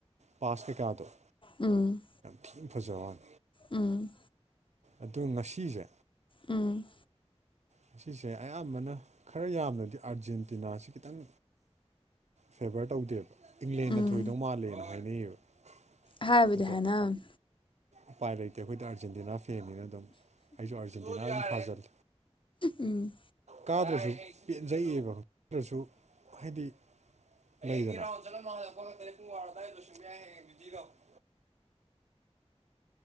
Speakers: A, on the right (about 80°); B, on the left (about 50°).
A: ꯄꯥꯁ ꯀꯩꯀꯥꯗꯣ
B: ꯎꯝ
A: ꯊꯤ ꯐꯖꯕꯅꯦ
B: ꯎꯝ
A: ꯑꯗꯨ ꯉꯁꯤꯁꯦ
B: ꯎꯝ
A: ꯉꯁꯤꯁꯦ ꯑꯌꯥꯝꯕꯅ ꯈꯔ ꯌꯥꯝꯅꯗꯤ ꯑꯥꯔꯖꯦꯟꯇꯤꯅꯥꯁꯤ ꯈꯤꯇꯪ ꯐꯦꯚꯔ ꯇꯧꯗꯦꯕ ꯏꯪꯂꯦꯟꯅ
B: ꯎꯝ
A: ꯊꯣꯏꯗꯧ ꯃꯥꯜꯂꯦꯅ ꯍꯥꯏꯅꯩꯌꯦꯕ
B: ꯍꯥꯏꯕꯨꯗꯤ
A: ꯑꯗꯣ
B: ꯍꯥꯏꯅꯅꯦ
A: ꯎꯄꯥꯏ ꯂꯩꯇꯦ ꯑꯩꯈꯣꯏꯗꯤ ꯑꯥꯔꯖꯦꯟꯇꯤꯅꯥ ꯐꯦꯡꯉꯤꯅ ꯑꯗꯨꯝ ꯑꯩꯁꯨ ꯑꯥꯔꯖꯦꯟꯇꯤꯅꯥ ꯑꯗꯨꯝ ꯊꯥꯖꯟ
B: ꯎꯝ
A: ꯀꯥꯗ꯭ꯔꯁꯨ ꯄꯦꯟꯖꯩꯌꯦꯕ ꯀꯥꯗ꯭ꯔꯁꯨ ꯍꯥꯏꯗꯤ ꯥꯎ ꯆꯠ ꯀ ꯄꯨꯡ ꯋꯥꯔꯗ ꯌꯥ <unintelligible>